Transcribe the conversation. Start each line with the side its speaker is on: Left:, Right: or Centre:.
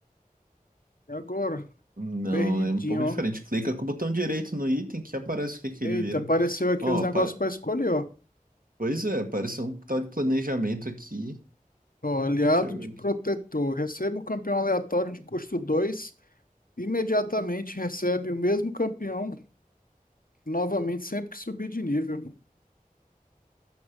Left: E agora?
Right: Não,
Left: Perdidinho,
Right: é um pouco
Left: ó.
Right: diferente. Clica com o botão direito no item que aparece o que que
Left: Eita,
Right: ele vira.
Left: apareceu aqui
Right: Ó,
Left: os negócios
Right: pa-
Left: para escolher, ó.
Right: pois é, parece um tal de planejamento aqui.
Left: Ó, aliado
Right: Deixa eu
Left: de
Right: ver
Left: protetor.
Right: aqui.
Left: Receba um campeão aleatório de custo 2. Imediatamente recebe o mesmo campeão novamente sempre que subir de nível. Vou